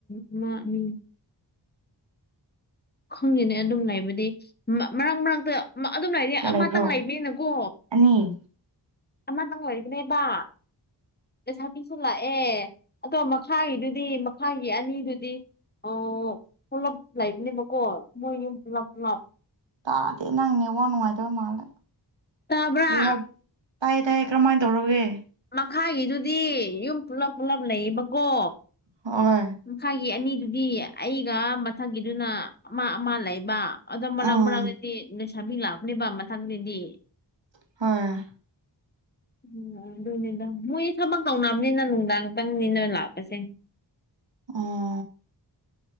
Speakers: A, on the left; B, on the right.
A: ꯑꯃꯥ ꯑꯃꯤ ꯈꯪꯗ‌ꯦꯅꯦ ꯑꯗꯨꯝ ꯂꯩꯕꯗꯤ ꯃꯔꯛ ꯃꯔꯛꯇ ꯑꯗꯨꯝ ꯂꯩꯗꯤ
B: ꯀꯌꯥ
A: ꯑꯃꯇꯪ
B: ꯂꯩꯕ꯭ꯔꯣ
A: ꯂꯩꯕꯅꯀꯣ
B: ꯑꯅꯤ
A: ꯑꯃꯇꯪ ꯂꯩꯏꯕꯅꯦꯕ ꯂꯩꯁꯥꯕꯤꯁꯨ ꯂꯥꯛꯑꯦ ꯑꯗꯣ ꯃꯈꯥꯒꯤꯗꯨꯗꯤ ꯃꯈꯥꯒꯤ ꯑꯅꯤꯗꯨꯗꯤ ꯑꯣ ꯄꯨꯂꯞ ꯂꯩꯥꯏꯕꯅꯦꯕꯀꯣ ꯃꯣꯏ ꯌꯨꯝ ꯄꯨꯂꯞ ꯄꯨꯂꯞ
B: ꯇꯥꯗꯦ ꯅꯪꯅꯦ ꯋꯥ ꯅꯨꯡꯉꯥꯏꯇꯕ ꯃꯥꯜꯂꯦ
A: ꯇꯥꯕ꯭ꯔꯥ
B: ꯀ ꯍꯥꯏ <unintelligible> ꯇꯥꯏꯌꯦ ꯇꯥꯏꯌꯦ ꯀꯔꯝꯥꯏꯅ ꯇꯧꯔꯕꯒꯦ
A: ꯃꯈꯥꯒꯤꯗꯨꯗꯤ ꯌꯨꯝ ꯄꯨꯂꯞ ꯄꯨꯜꯂꯞ ꯂꯩꯌꯦꯕꯀꯣ
B: ꯍꫭꯏ
A: ꯃꯈꯥꯏꯒꯤ ꯑꯅꯤꯗꯨꯗꯤ ꯑꯩꯒ ꯃꯊꯪꯒꯤꯗꯨꯅ ꯑꯃ ꯑꯃ ꯂꯩꯕ ꯑꯗꯣ ꯃꯔꯥꯛ
B: ꯎꯝ
A: ꯃꯔꯥꯛꯇꯗꯤ ꯂꯩꯁꯥꯕꯤ ꯂꯥꯛꯄꯅꯦꯕ ꯃꯊꯪꯗꯗꯤ
B: ꯍꯣꯏ
A: ꯎꯝ ꯑꯗꯨꯅꯤꯗ ꯃꯣꯏꯁ ꯊꯕꯛ ꯇꯧꯅꯕꯅꯤꯅ ꯅꯨꯡꯗꯥꯡꯇꯪꯅꯤꯗ ꯂꯥꯛꯄꯁꯦ
B: ꯑꯣ <unintelligible>